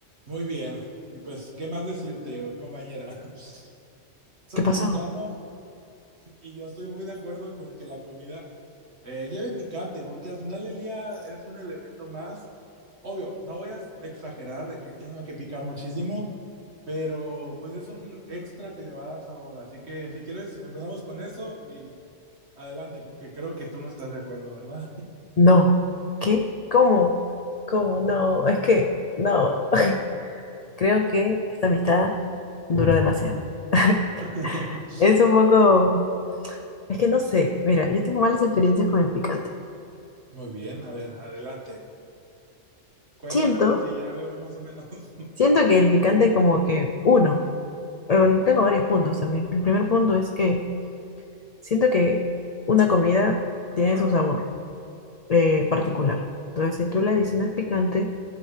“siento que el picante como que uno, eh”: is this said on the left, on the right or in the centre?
Left